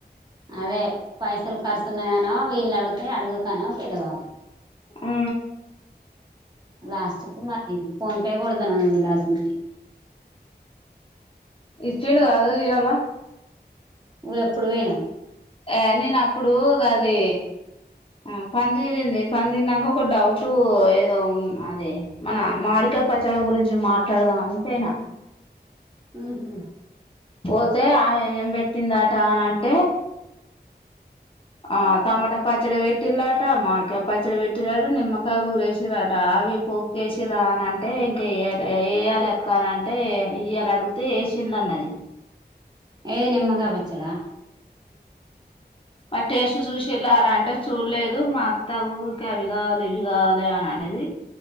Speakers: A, on the right; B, on the left.
A: అదే పైసలు ఖర్చున్నాయనో వీళ్ళు అడిగితే అడుగకనో పెదవాబు
B: ఊ
A: లాస్ట్కు మరి ఫోన్ పే కొడతనను విలాసనికి
B: ఇచ్చిండు కాదు ఇయాల
A: నువ్వు ఎప్పుడు పోయినావు
B: యా నేను అప్పుడు గది ఆ పనిదీరింది పని దీరినంక ఒక డౌట్ ఏదో ఉ అది మన మాడికా పచ్చడి గురించి మాట్లాడదాం అనిపోయిన
A: ఊహు
B: పోతే ఆమెమేం పెట్టిందట అనంట్ ఆ టమాటా పచ్చడి పెట్ పెట్టిలాట మామిడికాయ పచ్చడి పెట్టిరాట నిమ్మకాయ ఊరేసిరట అవి పోపుకేసిన్ రా అనంట్ టే ఇంకా ఎయ్యలే ఎయ్యాలి అత్ కాని అంటే ఇయాల అడిగితే ఏసినన్నది
A: ఏది నిమ్మకాయ పచ్చడా
B: మ టేస్ట్ చూసిళార అంటే చూడలేదు మా అత్త ఊకి అవి కావాలి ఇవి కావాలి అననేది